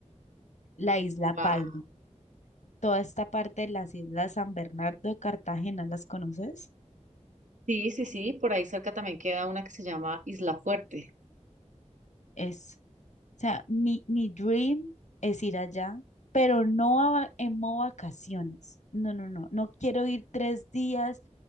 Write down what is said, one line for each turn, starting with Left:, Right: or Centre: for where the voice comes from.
Left: la isla
Right: Guau.
Left: Palma, toda esta parte de las islas San Bernardo de Cartagena, ¿las conoces?
Right: Sí, sí, sí, por ahí cerca también queda una que se llama Isla Fuerte.
Left: Es O sea, mi, mi dream es ir allá, pero no a va- en modo vacaciones. No, no, no. No quiero ir tres días